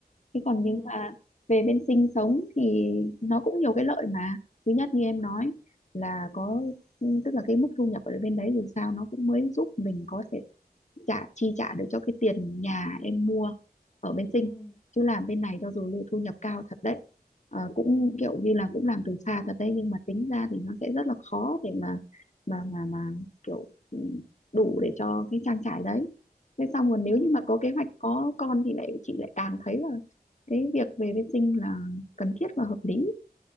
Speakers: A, on the left (about 45°); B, on the left (about 20°).
A: thế còn
B: ừ
A: nếu mà về bên sinh sống thì nó cũng nhiều cái lợi mà thứ nhất như em nói là có tức là cái mức thu nhập ở bên đấy dù sao nó cũng mới giúp mình có thể trả chi trả được cho cái tiền nhà em mua ở bên Sinh
B: ừ
A: chứ làm bên này cho dù thu nhập cao thật đấy Ờ, cũng
B: ừ
A: kiểu như là cũng làm từ xa thật đấy nhưng mà tính ra thì nó sẽ rất là khó để mà mà mà mà kiểu ừ, đủ để cho cái trang trải đấy thế xong rồi nếu
B: ừ
A: như mà có kế hoạch có con thì lại chị lại càng thấy là cái việc về bên sinh là cần thiết và hợp lý